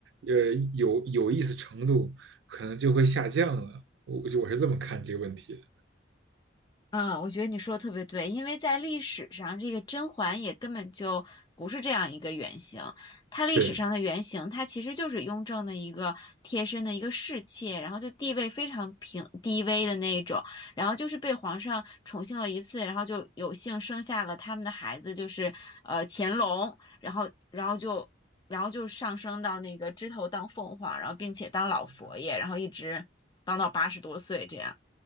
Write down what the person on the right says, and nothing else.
呃有有意思程度。可能就会下降了。我就我是这么看这个问题的。
对，